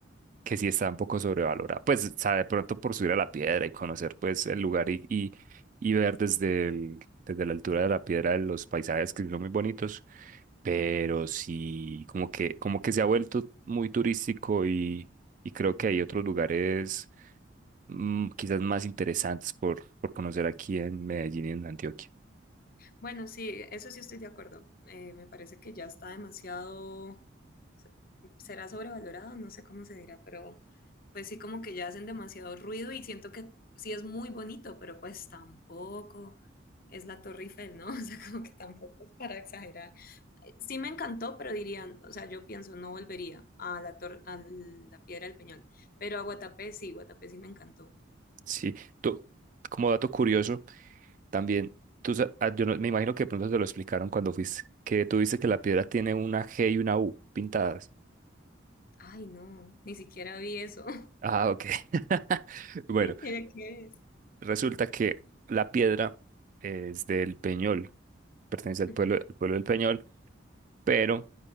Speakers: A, on the right; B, on the left.
A: que sí está un poco sobrevalorada. Pues, o sea, de pronto por subir a la piedra y conocer pues el lugar y, y, y ver desde el, desde la altura de la piedra los paisajes que son muy bonitos, pero sí como que, como que se ha vuelto muy turístico y, y creo que hay otros lugares mm, quizás más interesantes por, por conocer aquí en Medellín y en Antioquia.
B: Bueno, sí, eso sí estoy de acuerdo. Eh, me parece que ya está demasiado, se- será sobrevalorado, no sé cómo se dirá, pero pues sí como que ya hacen demasiado ruido y siento que sí es muy bonito, pero pues tampoco es la Torre Eiffel, ¿no? <laughs> O sea, como que tampoco es para exagerar. Eh, Sí me encantó, pero dirían, o sea, yo pienso, no volvería a la torre, a la Piedra del Peñol, pero a Guatapé sí, Guatapé sí me encantó.
A: Sí, tú, como dato curioso. También, tú, sa- ah, yo no- me imagino que de pronto te lo explicaron cuando fuiste, que tú dices que la piedra tiene una G y una U pintadas.
B: Ay, no, ni siquiera vi eso. <laughs>
A: Ah, ok. <laughs> Bueno,
B: ¿De qué es?
A: resulta que la piedra es del Peñol, pertenece al
B: Ujú.
A: pueblo, al pueblo del Peñol, pero